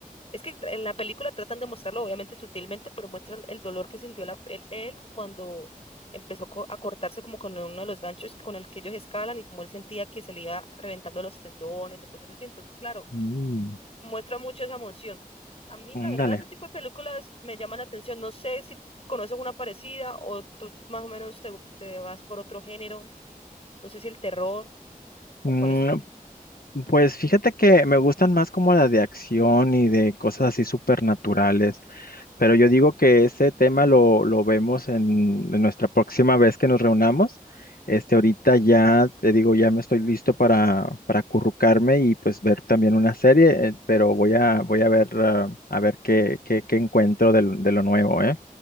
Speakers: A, on the left; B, on the left.
A: Es que en la película tratan de mostrarlo, obviamente sutilmente, pero muestra el, el dolor que sintió la- él, él cuando empezó co- a cortarse como con uno de los ganchos con el que ellos escalan y como él sentía que se le iba reventando los tendones o cosas así. Entonces, claro,
B: Mm.
A: muestra mucho esa emoción. A mí,
B: Mm,
A: la verdad,
B: Dale.
A: ese tipo de películas me llaman la atención. No sé si conoces una parecida o tú más o menos te, te vas por otro género. No sé si el terror o
B: Mm,
A: cuál es tu
B: Pues fíjate que me gustan más como la de acción y de cosas así supernaturales, pero yo digo que ese tema lo, lo vemos en, en nuestra próxima vez que nos reunamos. Este, ahorita ya te digo, ya me estoy listo para, para acurrucarme y pues ver también una serie, eh, pero voy a, voy a ver, ah, a ver qué, qué, qué encuentro del- de, lo nuevo, ¿eh?